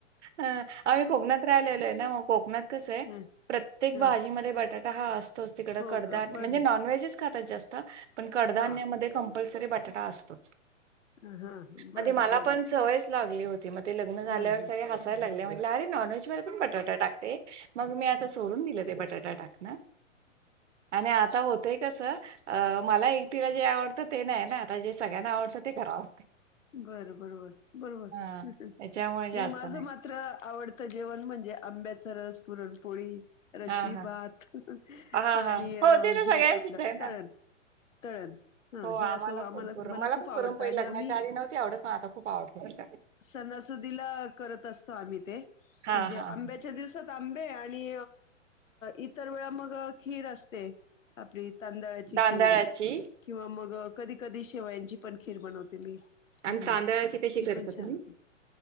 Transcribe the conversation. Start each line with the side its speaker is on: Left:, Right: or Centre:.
Right: ह आम्ही कोकणात राहिलेलो आहे ना मग मग कस हाय,
Left: हा
Right: प्रत्येक
Left: हा
Right: भाजी मधे बटाटा हा असतोच, तिकड
Left: हो
Right: कडतात
Left: का बर
Right: म्हणजे नाॅनव्हेज खातात जास्त, पण कडधान्यामध्ये
Left: हा
Right: कंपल्सरी बटाटा असतोच.
Left: हां हां बरं
Right: म ते मला
Left: बरं
Right: पण सवयच लागली होती, मग ते लग्न झाल्यावर
Left: हां हां
Right: सगळे हायला
Left: हां
Right: लागले,
Left: हां
Right: म्हटल अरे नॉनव्हेजमध्ये पण बटाटा टाकते, मग मी आता सोडून दिलं ते बटाटा टाकण. आणि आता होतय कस, मला एकटीला जे आवडत ना. तर ते नाही ना, आता जे सगळ्यांना आवडतं ते करावं.
Left: बर बरोबर-बरोबर
Right: हां,
Left: नाही
Right: त्याच्यामुळे जास्त
Left: म. माझं
Right: नाही.
Left: मात्र आवडतं जेवण म्हणजे, आंब्याच रस, पुरणपोळी. रशी
Right: हां, हां.
Left: भात,
Right: हां, हां.
Left: आणि अ
Right: हो, ते तर
Left: हे
Right: सगळ्यांचंच
Left: आपलं
Right: आहे ना.
Left: तळण. तळण हा
Right: हो,
Left: हे असं आम्हाला
Right: पण पुरण
Left: मला खूप
Right: पण
Left: आवडतं
Right: पुरणपोळी
Left: आणि
Right: लग्नाच्या
Left: आम्ही.
Right: आधी नव्हती आवडत, पण आता खूप आवडते बरं का.
Left: सना-सुदीला करत असतो आम्ही ते.
Right: हां,
Left: म्हणजे
Right: हां.
Left: आंब्याच्या दिवसात आंबे, आणि इतर वेळा मग खीर असत. ते आपली तांदळाची
Right: तांदळाची
Left: खीर किंवा मग ते. कधी-कधी शेवायांची पण खीर बनवते मी,
Right: आणि
Left: हम्म
Right: तांदळाची कशी
Left: ती
Right: करता
Left: पण छान
Right: तुम्ही?
Left: होती.